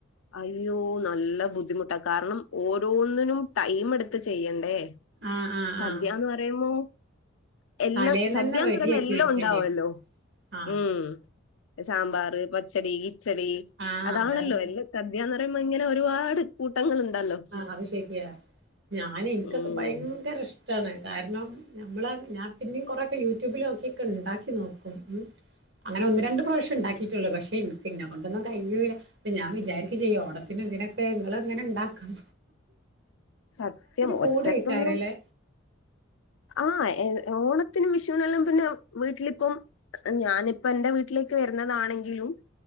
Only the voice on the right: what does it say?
ആഹ് ആ
ആ
തലേന്നന്നെ
റെഡിയാക്കി
വെച്ചേണ്ടി
വരും ആ
ആഹ്
അതാ ഞാൻ
ആഹ് അത് ശരിയാ. ഞാൻ ഇൻക്കൊക്കെ
ഭയങ്കര ഇഷ് ടാണ്. കാരണം ഞമ്മള ഞാൻ പിന്നിം കൊറെ ഒക്കെ യൂട്യൂബിലോക്കിയൊക്കെ ഉണ്ടാക്കി നോക്കും ഉം. അങ്ങനെ ഒന്ന് രണ്ട് പ്രാവശ്യണ്ടാക് കീറ്റൊള്ളു. പക്ഷെ ഇൻക്ക് ഇന്നെ കൊണ്ടൊന്നും കയ്യൂല്ല. അപ്പം ഞാൻ വിചാരിക്കും ചെയ്യും ഓണത്തിനും തിനൊക്കെ ഇങ്ങള്ങ്ങനെ ഇണ്ടാ ക്കും.
കൂടേക്കാരല്ലേ